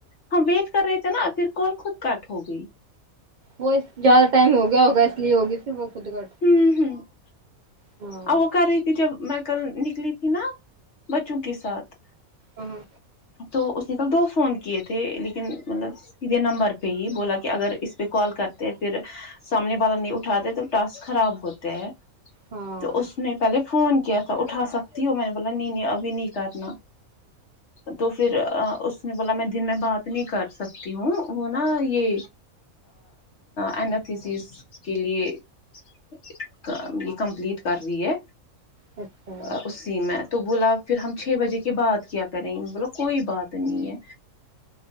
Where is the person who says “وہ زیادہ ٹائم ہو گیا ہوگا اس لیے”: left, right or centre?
Right